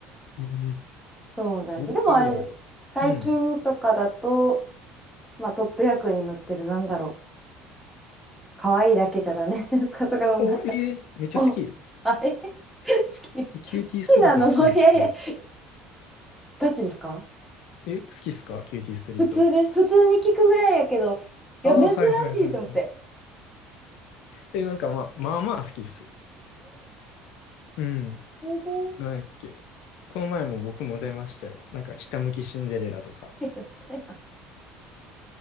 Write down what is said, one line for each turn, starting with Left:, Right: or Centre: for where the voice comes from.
Left: ええ
Centre: そうなんです。
Left: ボーカロイドが。
Centre: でもあれ、最近とかだと、
Left: うん。
Centre: まあトップ役に載ってるなんだろう。可愛いだけじゃダメですかとかのなんか、
Left: お、ええめっちゃ好き。
Centre: お、
Left: え
Centre: あれ好き、好
Left: キューティーストリート好きなんですよ。
Centre: きなのもういやいや、えガチですか
Left: え、好きっすかキューティーストリート。
Centre: 普通です。普通に聞くぐらいやけど、いや、
Left: ああ、
Centre: 珍しいと思って。
Left: はいはいはいはい。え、なんかまあ、まあまあ好きっす。うん。
Centre: すごい。
Left: なんやっけ。この前も僕も出ましたよ。なんか、ひたむきシンデレラとか。
Centre: <laughs> いや嘘やん